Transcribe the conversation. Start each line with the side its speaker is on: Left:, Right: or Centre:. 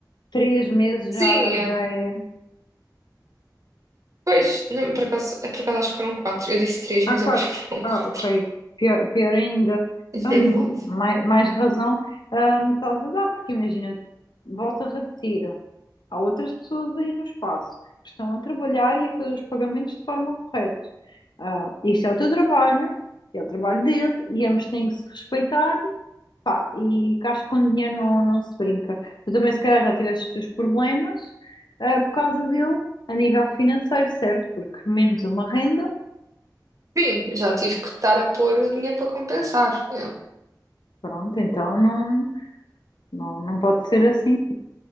Left: Três meses
Right: Sim,
Left: já, já é.
Right: Pois, não, por acaso, é, por acaso acho que foram quatro. Eu disse três,
Left: Há
Right: mas
Left: quatro.
Right: eu acho que foram
Left: Ah,
Right: quatro.
Left: ok. Pior, pior ainda.
Right: <laughs> Exato.
Left: Então, mais, mais razão, ah, me estás a dar, porque imagina, volto a repetir. Há outras pessoas aí no espaço que estão a trabalhar e a fazer os pagamentos de forma correta. Ah, isto é o teu trabalho, é o trabalho dele, e ambos têm que se respeitar, pá, e que acho que com dinheiro não, não se brinca. Tu também, se calhar, já tiveste os teus problemas, ah, por causa dele, a nível financeiro, certo? Porque menos uma renda,
Right: Sim, já tive que estar a pôr dinheiro para compensar. Yeah.
Left: pronto, então não, não, não pode ser assim.